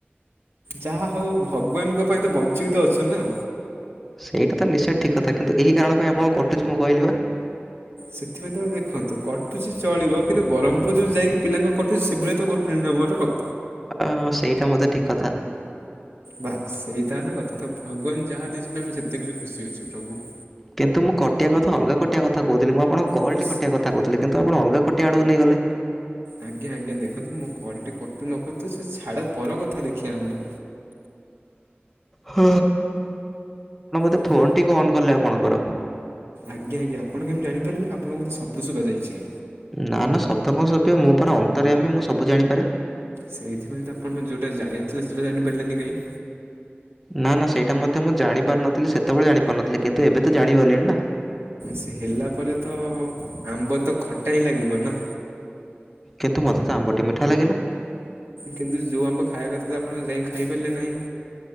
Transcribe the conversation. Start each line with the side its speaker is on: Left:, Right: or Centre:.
Right: ଯାହା ହଉ ଭଗବାନଙ୍କ ପାଇଁ ତ ବଞ୍ଚିକି ତ ଅଛୁ ନା।
Centre: ସେଇଟା ତ ନିଶ୍ଚୟ ଠିକ କଥା କିନ୍ତୁ ଏହିଇ କାରଣ ପାଇଁ ଆପଣ କଟୁଛି ମୁଁ କହିଲି ବା।
Right: ସେଥିପାଇଁ ତ ଦେଖନ୍ତୁ କଟୁଛି ଚଳିବ କିନ୍ତୁ ବ୍ରହ୍ମପୁର ଯେଉ ଯାଇକି ପିଲାଙ୍କ କଟୁଛି, ସେଭଳିଆ ତ କଟୁନି ନା ମୋର।
Centre: ଅଁ ସେଇଟା ମୋତେ ଠିକ କଥା।
Right: ବାସ ସେଇଟା ହେଲେ କଥା ତ ଭଗବାନ ଯାହା ଦେଇଛନ୍ତି ଆମେ ସେତିକରେ ଖୁସି ଅଛୁ ପ୍ରଭୁ।
Centre: କିନ୍ତୁ ମୁଁ କଟିବା କଥା ଅଲଗା କଟିବା କଥା କହୁଥିଲିଁ ମୁଁ ଆପଣ କଲଟି
Right: ମୁଁ
Centre: ଖଟିଆ କଥା କହୁଥିଲେ କିନ୍ତୁ ଆପଣ ଅଲଗା ଖଟିଆ ଆଡକୁ ନେଇଗଲେ।
Right: ଆଜ୍ଞା ଆଜ୍ଞା ଦେଖନ୍ତୁ ମୋ କଲ ଟି କଟୁ ନ କଟୁ ସେ ଛାଡ ପର କଥା ଦେଖିଆ ଆମେ
Centre: ହ ତ
Right: ଆଉ
Centre: ଫୋନ ଟିକେ ଅନ୍ କଲେ ଆପଣଙ୍କର
Right: ଆଜ୍ଞା ଆଜ୍ଞା ଆପଣ କେମିତି ଜାଣିପାରିଲେ ଆପଣଙ୍କୁ ବୋଧେ ଶବ୍ଦ ଶୁଭାଯାଇଛି।
Centre: ନା ନା ଶବ୍ଦ କଣ ଶୁଭିବ ମୁଁ ପରା ଅନ୍ତର୍ଯ୍ୟାମୀ। ମୁଁ ସବୁ ଜାଣିପାରେ।
Right: ସେଇଥିପାଇଁ ତ ଆପଣ ଯୋଉଟା ଜାଣିଆରଥିଲା ସେଇଟା ଜାଣିପାରିଲେନି କାଇଁ?
Centre: ନା ନା ସେଇଟା ମଧ୍ୟ ମୁଁ ଜାଣିପାରି ନଥିଲି ସେ ସେତବଳେ ଜାଣିପାରୁନଥିଲି କିନ୍ତୁ ଏବେ ତ ଜାଣିଗଲିଣି ନା।
Right: ସେ ହେଲା ପରେ ତ ଆମ୍ବ ତ ଖଟା ହିଁ ଲାଗିବ ନା
Centre: କିନ୍ତୁ ମତେ ସେ ଆମ୍ବଟି ମିଠା ଲାଗିଲା।
Right: କିନ୍ତୁ ଯୋଉ ଆମ୍ବ ଖାଇବା କଥା ତ ଆପଣ ଯାଇ ଖାଇପାରିଲେ ନାହିଁ।